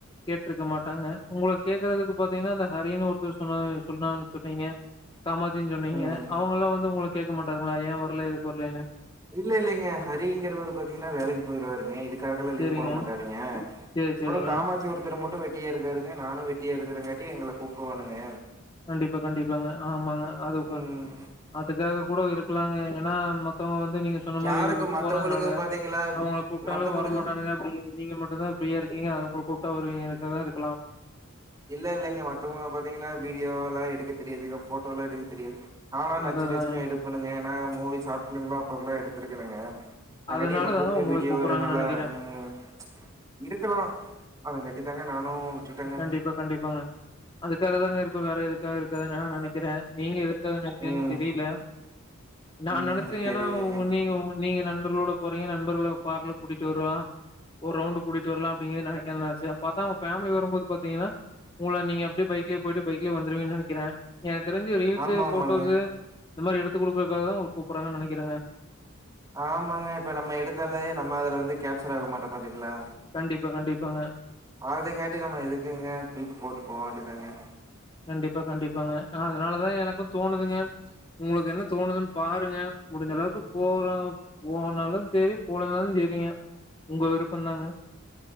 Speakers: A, on the left; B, on the right.
A: கேட்ருக்க மாட்டாங்க உங்களுக்கு கேக்குறதுக்கு பாத்தீங்கன்னா இந்த ஹரின்னு ஒருத்தர் சொன்ன சொன்னான்னு சொன்னீங்க காமாச்சின்னு சொன்னீங்க
B: ம்
A: அவுங்கல்லா வந்து உங்களுக்கு கேட்க மாட்டாங்களா ஏ வரல எதுக்கு வரலன்னு
B: இல்ல இல்லைங்க ஹரிங்குறவரு பாத்தீங்கன்னா வேலைக்கு போயிடுவாருங்க இதுக்கு காகலா லீவ்
A: சேரிங்க
B: போட மாட்டாருங்க அப்பறோ
A: சேரி சேரிங்க
B: காமாட்சி ஒருத்தர மட்டு வெட் வெட்டியா இருக்காருங்க நானு வெட்டியா இருக்குறங்காட்டி எங்கள கூப்டுவாணுங்க
A: கண்டிப்பா கண்டிப்பாங்க ஆமாங்க அதுக்கா
B: ம்
A: அதுக்காக கூட இருக்கலாங்க ஏன்னா மத்தவங்க வந்து நீங்க சொன்ன
B: யாருக்கு
A: மாரி
B: மத்தவங்களுக்கு
A: போறதுனால
B: பாத்தீங்களா
A: அவுங்கள கூப்டாலு
B: மத்தவங்களுக்கு
A: வரமாட்டானுங்க நீங்க நீங்க மட்டும் தா ஃப்ரீயா இருக்கீங்க அதா உங்க கூப்டா வருவிங்க அதுக்காக இருக்கலாம்
B: இல்ல இல்லைங்க மத்தவங்க பாத்தீங்கன்னா வீடியோ எல்லா எடுக்க தெரியாது ஃபோட்டோ எல்லா எடுக்க தெரியாது நானா நச்சி
A: அததா
B: நச்சின்னு எடுபேனுங்க ஏன்னா மூவி ஷார்ட் ஃபிலிம்லா அப்ப அப்பல்லா எடுத்திருக்கேணுங்க அங்காட்டி
A: அதனால
B: என்ன கூப்டு
A: தாங்க உங்கள
B: வீடிய
A: கூப்பறாங்கன்னு
B: ஒரு நல்லா
A: நெனைக்கிறே
B: ம் இருக்குறோ அத காட்டித்தாங்க நானு விட்டுட்டேங்க
A: கண்டிப்பா கண்டிப்பாங்க அதுக்காக தாங்க இருப்போ வேற எதுக்காக இருக்காது நா நெனைக்கிறே நீங்க அதா எனக்கேன்
B: ம்
A: தெரில நான்
B: ம்
A: நனைச்சே
B: தெரிலைங்க
A: ஏன்னா நீங்க நீங்க நண்பர்களோட போறீங்க நண்பர்கள பார்லர் கூட்டிட்டு வர்லா ஒரு ரவுண்ட் குடிச்சி வர்லா அப்டிங்கிறது எனக் என் ஆச்சி அப்ப பாத்தா அவுங்க ஃபேமிலி வரும் வரும் போது பாத்தீங்கன்னா உங்கள நீங்க அப்டியே பைக்லயே போயிட்டு பைக்லயே வந்துருவிங்கன்னு நெனைக்கிறே எனக்கு தெரிஞ்சி ரீல்ஸ்ஸு
B: ஆமா
A: ஃபோட்டோஸு
B: ஆமாங்க
A: இந்த மாரி எடுத்து குடுக்கறக்காக தா உங்கள கூப்புட்றங்கன்னு நெனைக்கிறேங்க
B: ஆமாங்க இப்ப நம்ம எடுத்தாலேயே நம்ம அதுல வந்து கேப்சல் ஆக மாட்டோ பாத்திக்களா
A: கண்டிப்பா கண்டிப்பாங்க
B: ஆதுங்காட்டி நம்ம எதுக்குங்க தூக்கி போட்டு போக வேண்டியதாங்க
A: கண்டிப்பா கண்டிப்பாங்க அதனாலதா எனக்கு தோணுதுங்க உங்களுக்கு என்ன தோணுதுன்னு பாருங்க முடிஞ்ச அளவுக்கு போறோ போனாலு செரி போலனாலு செரிங்க உங்க விருப்போ தாங்க